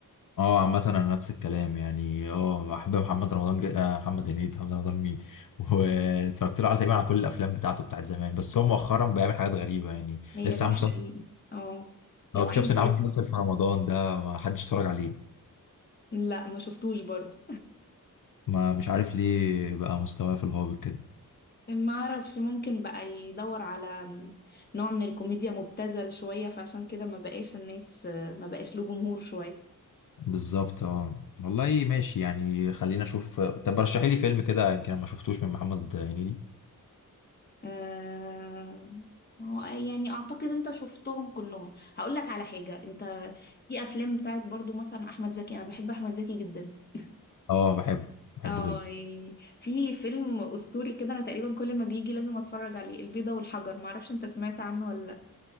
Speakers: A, on the left; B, on the left.
A: اه عامة انا نفس الكلام يعني اه بحب محمد رمضان جد... آه محمد هنيدي محمد رمضان مين <laughs> واتفرجت له على تقريبا على كل الافلام بتاعته بتاعت زمان بس هو مؤخرا بيعمل حاجات غريبة يعني
B: هي
A: لسه
B: ده
A: عامل
B: حقيقي
A: مسلسل
B: اه لو
A: اه اكتشفت
B: عايز
A: ان عامل مسلسل في رمضان ده ما حدش اتفرج عليه
B: لا ما شفتوش برضو
A: ما مش عارف ليه بقى مستواه في الهابط كده
B: ما اعرفش ممكن بقى يدور على نوع من الكوميديا مبتذل شوية فعشان كده ما بقاش الناس ما بقاش له جمهور شوية
A: بالظبط اه والله ماشي يعني خلينا اشوف طب رشحي لي فيلم كده يمكن أنا ما شفتوش من محمد هنيدي
B: آه... آه، يعني اعتقد انت شفتهم كلهم هقول لك على حاجة انت في افلام بتاعت برضو مثلا احمد زكي انا بحب احمد زكي جدا <laughs>
A: اه بحبه بحبه
B: اه
A: جدا
B: يعني في فيلم اسطوري كده انا تقريبا كل ما بيجي لازم اتفرج عليه البيضة والحجر ما اعرفش انت سمعت عنه ولا